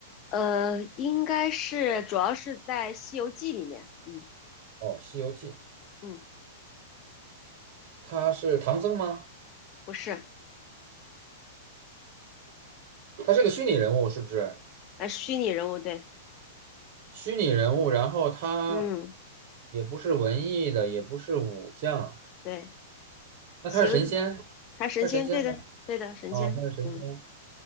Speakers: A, on the left; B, on the right.
A: 呃，应该是，主要是在《西游记》里面，嗯
B: 哦，《西游记》。
A: 嗯，
B: 他是唐僧吗？
A: 不是，
B: 他是个虚拟人物，是不是？
A: 呃，虚拟人物，对，
B: 虚拟人物，然后他
A: 嗯
B: 也不是文艺的，也不是武将，
A: 对，
B: 那他是神仙？
A: 《西游》他神仙，
B: 他是神仙吗？
A: 对的，对的，神仙，
B: 哦，他是神仙。
A: 嗯，